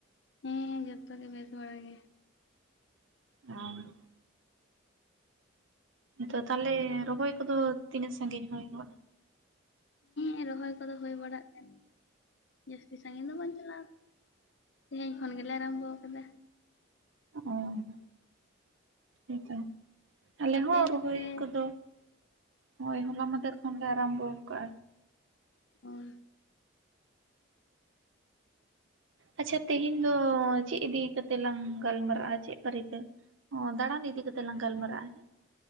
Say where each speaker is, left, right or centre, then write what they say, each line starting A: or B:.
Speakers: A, on the left; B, on the right.
A: ᱦᱮᱸ ᱦᱮᱸ ᱡᱚᱛᱚ ᱜᱮ ᱵᱮᱥ ᱵᱷᱲᱟ ᱜᱮ
B: <unintelligible> ᱫᱚ ᱛᱟᱦᱚᱞᱮ ᱨᱚᱦᱚᱭ ᱠᱚᱫᱚ ᱛᱤᱱᱟᱹᱜ ᱥᱟᱺᱜᱤᱧ ᱦᱩᱭᱜ-ᱱᱟ ᱾
A: ᱦᱮᱸ ᱨᱚᱦᱚᱭ ᱠᱚᱫᱚ ᱦᱩᱭ ᱵᱟᱲᱟᱜ ᱠᱟᱱᱟ ᱾ ᱡᱟᱹᱥᱛᱤ ᱥᱟᱜᱤᱧ ᱫᱚ ᱵᱟᱝ ᱪᱟᱞᱟᱣ ᱛᱮᱦᱮᱧ ᱠᱷᱚᱱ ᱜᱮᱞᱮ ᱟᱨᱟᱢᱵᱚ ᱟᱠᱟᱫᱟ
B: ᱚ <unintelligible> ᱦᱮᱸᱛᱚ ᱟᱞᱮ
A: ᱟᱯᱮ
B: ᱦᱚᱸ
A: ᱫᱚᱯᱮ
B: ᱨᱣᱚᱭ ᱠᱚᱫᱚ ᱾ ᱦᱳᱭ ᱦᱚᱞᱟᱢᱟᱫᱷᱮᱨ ᱠᱷᱚᱱ ᱞᱮ ᱟᱨᱟᱢᱵᱚ ᱠᱟᱜ-ᱟ
A: ᱟᱨ <unintelligible>
B: ᱟᱪᱪᱷᱟ ᱛᱮᱦᱮᱧ ᱫᱚ ᱪᱮᱫ ᱤᱫᱤ ᱠᱟᱛᱮᱜ ᱞᱟᱝ ᱜᱟᱞᱢᱟᱨᱟᱜᱼᱟ ᱪᱮᱫ ᱵᱟᱨᱮ ᱛᱮ ᱚ ᱫᱟᱬᱟᱱ ᱤᱫᱤ ᱠᱟᱛᱮᱜ ᱞᱟᱝ ᱜᱟᱞᱢᱟᱨᱟᱜᱼᱟ ᱦᱮᱸ ᱾